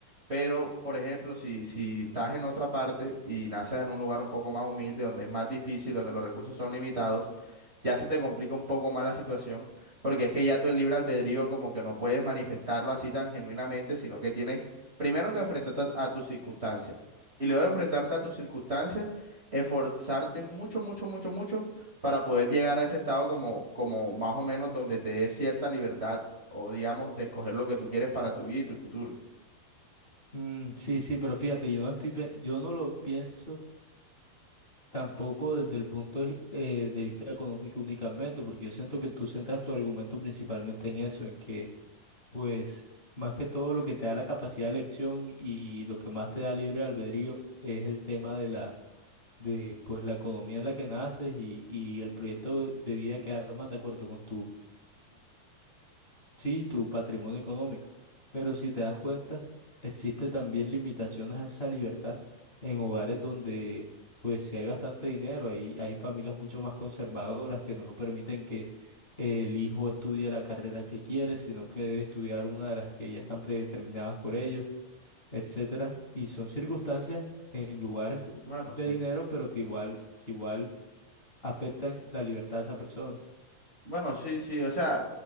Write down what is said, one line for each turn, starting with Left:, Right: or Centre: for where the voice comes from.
Right: Pero, por ejemplo, si, si estás en otra parte y naces en un lugar un poco más humilde, donde es más difícil, donde los recursos son limitados, ya se te complica un poco más la situación, porque es que ya tú el libre albedrío como que no puedes manifestarlo así tan genuinamente, sino que tienes primero que enfrentarte a, a tus circunstancias. Y luego de enfrentarte a tus circunstancias, esforzarte mucho, mucho, mucho, mucho para poder llegar a ese estado como, como más o menos donde te dé cierta libertad o digamos de escoger lo que tú quieres para tu vida y tu futuro.
Left: Mm, sí, sí, pero fíjate, yo no estoy, pe- yo no lo pienso Tampoco desde el punto de, eh, de vista económico únicamente, porque yo siento que tú centras tu argumento principalmente en eso, en que, pues, más que todo lo que te da la capacidad de elección y lo que más te da libre albedrío es el tema de la, de, pues, la economía en la que naces y, y el proyecto de vida que armas de acuerdo con tu, sí, tu patrimonio económico. Pero si te das cuenta, existe también limitaciones a esa libertad en hogares donde, pues, si hay bastante dinero, hay, hay familias mucho más conservadoras que no permiten que el hijo estudie la carrera que quiere, sino que debe estudiar una de las que ya están predeterminadas por ellos, etcétera. Y son circunstancias en lugares
Right: Bueno,
Left: de
Right: sí.
Left: dinero, pero que igual, que igual afectan la libertad de esa persona.
Right: Bueno, sí, sí, o sea,